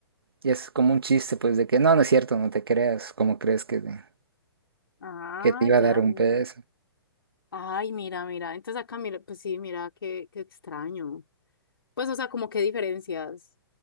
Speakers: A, on the right; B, on the left.
A: Y es como un chiste, pues, de que no, no es cierto, no te creas, ¿cómo crees que, te-
B: ah,
A: que te iba a
B: ya,
A: dar un
B: mira.
A: peso?
B: Ay, mira, mira. Entonces acá, mira, pues sí, mira, qué, qué extraño. Pues, o sea, como qué diferencias.